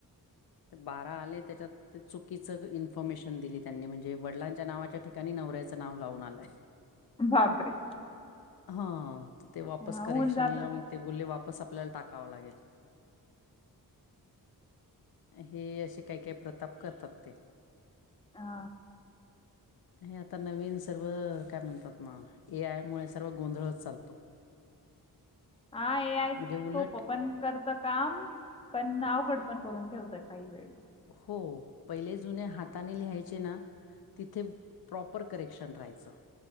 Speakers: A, on the left (about 75°); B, on the left (about 15°).
A: बारा आले त्याच्यात चुकीच इन्फॉर्मेशन दिली त्यांनी म्हणजे वडलांच्या नावाच्या ठिका. त्यांनी नवऱ्याचं नाव लावून आलाय.
B: बापरे.
A: हा तर ते वापस
B: हा होऊन
A: करेक्शनला
B: जात
A: मग ते बोलले वापस आपल्याला टाकावं लागेल. हे असे काही काही प्रताप करतात ते
B: हा
A: हे आता नवीन सर्व काय म्हणतात ना ए आय मूळे सर्व गोंधळच चालतो.
B: हा ऐआय
A: म्हणजे
B: सोप
A: उलट
B: पण करत काम पण नाव गडबड पण करून ठेवत काही वेळेस
A: हो पहिले जुने हाताने लिहायचे ना तिथे प्रॉपर करेक्शन राहायचं.